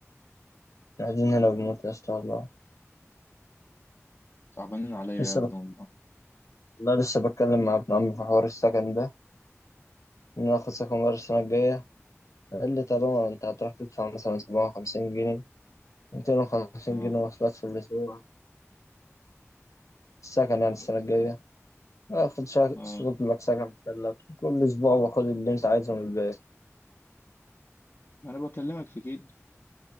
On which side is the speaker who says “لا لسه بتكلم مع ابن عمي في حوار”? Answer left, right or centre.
Left